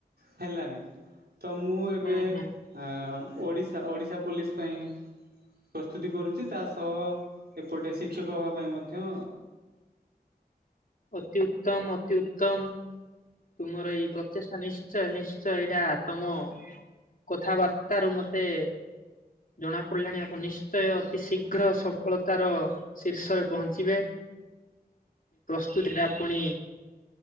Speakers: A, on the right; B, on the left.
A: ହେଲାନି ତ ମୁଁ ଏବେ
B: ହୁଁ ହୁଁ।
A: ଆ ଓଡ଼ିଶା ଓଡ଼ିଶା ପୋଲିସ ପାଇଁ ପ୍ରସ୍ତୁତି କରୁଚି ତା ସଅ ଏପଟେ ଶିକ୍ଷକହବା ପାଇଁ ମଧ୍ୟ
B: ଅତି ଉତ୍ତମ ଅତି ଉତ୍ତମ ତୁମର ଏଇ ପ୍ରଚେଷ୍ଟା ନିଷ୍ ନିଶ୍ଚୟ ନିଶ୍ଚୟ ଏଇଟା ତମ କଥାବାର୍ତ୍ତାରୁ ମତେ ଜଣାପଡ଼ିଲାଣି ଆପଣ ନିଶ୍ଚୟ ଅତି ଶୀଘ୍ର ସଫଳତାର ଶୀର୍ଷରେ ପହଞ୍ଚିବେ। <unintelligible> ପୁଣି